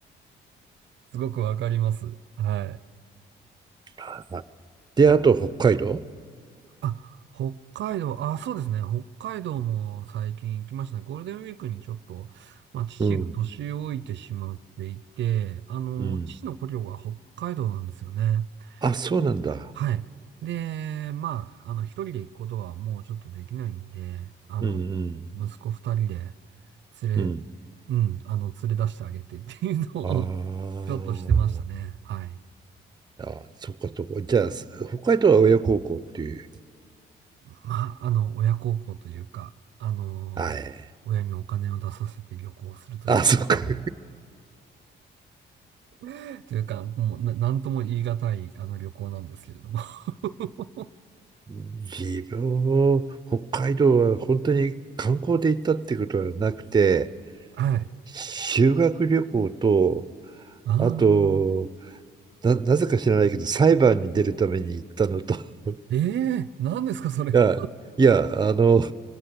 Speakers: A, on the right (about 65°); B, on the right (about 20°).
A: すごくわかります。はい。
B: <laughs> あで、あと北海道
A: あ、北海道、あ、そうですね。北海道も最近行きましたね。ゴールデンウィークにちょっと、まあ、父が年老いてしまっていて、
B: うん。
A: あの、
B: うん。
A: 父の故郷が北海道なんですよね。
B: あ、そうなんだ。
A: ではい。で、まあ、あの、一人で行くことはもうちょっとできないんで、あの、
B: うん
A: 息子二人で連れ、
B: うん。うん。
A: うん、あの、連れ出してあげてっていうのを
B: あー
A: <laughs> ちょっとしてましたね。はい。
B: あ、そっかそっか。じゃあ、す北海道は親孝行っていう。
A: まあ、あの、親孝行というか、あの親にお金を出させて旅行するというか、
B: はい。あ、そっか。<laughs>
A: <laughs> というか、もうな、なんとも言い難い、あの、旅行なんですけれども。<laughs>
B: 自分も北海道は本当に観光で行ったってことはなくて、
A: はい。
B: 修学旅行と、
A: ああ、
B: あと、な、なぜか知らないけど、裁判に出るために行ったのと、<laughs> い
A: ええー、何ですか、それは。
B: や、いや、あの、